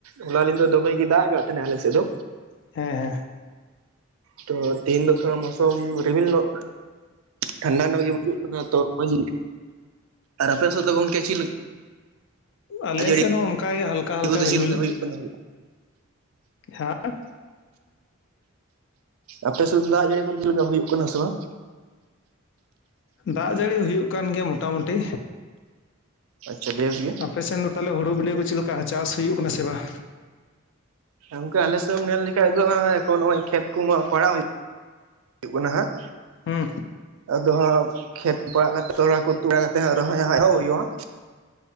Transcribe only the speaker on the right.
ᱦᱚᱞᱟ ᱞᱤᱸᱫᱟᱹ ᱫᱚᱢᱮ ᱜᱤ ᱫᱟᱜ ᱠᱟᱫ ᱛᱟᱦᱮᱸᱱᱟ ᱟᱞᱮ ᱥᱮᱜ ᱫᱚ᱾
ᱛᱚ ᱛᱤᱦᱮᱧ ᱫᱚ ᱛᱷᱚᱲᱟ ᱢᱳᱥᱚᱢ ᱨᱤᱢᱤᱞ ᱧᱚᱜ ᱴᱷᱟᱱᱰᱟ ᱱᱚᱜ ᱜᱮ ᱵᱩᱡᱩᱜ ᱠᱟᱱᱟ ᱛᱚ ᱢᱚᱸᱡᱽ ᱜᱮ, ᱟᱨ ᱟᱯᱮ ᱥᱮᱫ ᱫᱚ ᱜᱚᱝᱠᱮ ᱪᱮᱫ ᱞᱮᱠᱟ?
ᱫᱟᱜ ᱡᱟᱹᱲᱤ
ᱠᱚᱫᱚ
ᱪᱮᱫ ᱞᱮᱠᱟ ᱦᱩᱭᱩᱜ ᱠᱟᱱᱟ
ᱟᱯᱮ ᱥᱮᱫ ᱫᱟᱜ ᱡᱟᱹᱲᱤ ᱠᱚ ᱦᱩᱭᱩᱜ ᱠᱟᱱᱟ ᱥᱮ ᱵᱟᱝ?
ᱟᱪᱪᱷᱟ ᱵᱮᱥ ᱜᱮ
ᱮ ᱜᱚᱝᱠᱮ ᱟᱞᱮ ᱥᱮᱫ ᱮᱢ ᱧᱮᱞ ᱞᱮᱠᱷᱟᱱ ᱫᱚ ᱮ ᱱᱚᱜᱚᱭ ᱠᱷᱮᱛ ᱠᱚᱢᱟ ᱯᱟᱲᱟᱣ ᱦᱩᱭᱩᱜ ᱠᱟᱱᱟ ᱦᱟᱸᱜ
ᱟᱫᱚ ᱦᱟᱜ ᱠᱷᱮᱛ ᱯᱟᱲᱟᱜ ᱠᱟᱛᱮ ᱱᱤᱭᱟᱹ ᱠᱚ ᱛᱩᱫ ᱵᱟᱲᱟ ᱠᱟᱛᱮᱜ ᱦᱟᱜ ᱨᱚᱦᱚᱭ ᱦᱟᱜ ᱮᱦᱚᱵ ᱦᱩᱭᱩᱜᱼᱟ᱾